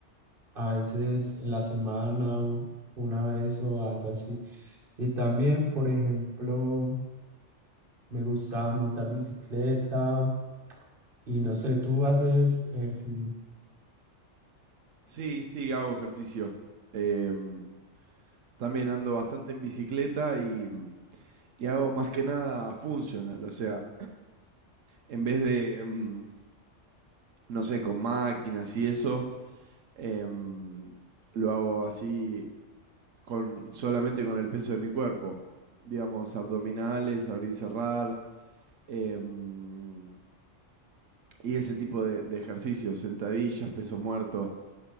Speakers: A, on the right; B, on the right.
A: a veces en la semana, u- una vez o algo así. Y también, por ejemplo, me gusta montar bicicleta y no sé, tú haces ejercicio.
B: Sí, sí, hago ejercicio. Em, también ando bastante en bicicleta y, mm, y hago más que nada funcional, o sea, en vez de, em, no sé, con máquinas y eso, em, lo hago así con, solamente con el peso de mi cuerpo. Digamos, abdominales, abrir y cerrar. em, y ese tipo de, de ejercicios, sentadillas, peso muerto.